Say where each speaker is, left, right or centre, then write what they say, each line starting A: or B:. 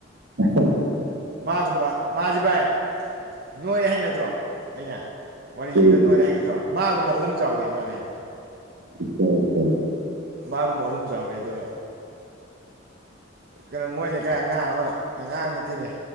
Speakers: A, on the right (about 75°); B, on the right (about 55°).
A: ꯑ ꯍ
B: ꯃꯥꯒꯨꯝꯕ ꯃꯥꯁꯤ ꯚꯥꯏ ꯅꯣꯏ ꯑꯍꯩ ꯅꯠꯇ꯭ꯔꯣ ꯑꯩꯅ ꯋꯥꯔꯤ ꯂꯤꯕꯗ
A: ꯎꯝ
B: ꯅꯣꯏꯔ ꯍꯥꯏꯒꯗ꯭ꯔꯣ ꯃꯥꯒꯨꯝꯕ ꯑꯍꯨꯝ ꯆꯥꯎꯋꯤ ꯃꯥꯅ ꯍꯥꯏꯕ
A: ꯏꯄ
B: ꯃꯥꯒꯨꯝꯕ ꯑꯍꯨꯝ ꯆꯥꯎꯋꯤ ꯑꯗꯣ ꯀꯩꯅꯣ ꯃꯣꯏ ꯂꯩꯀꯥꯏ ꯑꯉꯥꯡ ꯑꯃ ꯑꯉꯥꯡ ꯅꯠꯇꯦꯅꯦ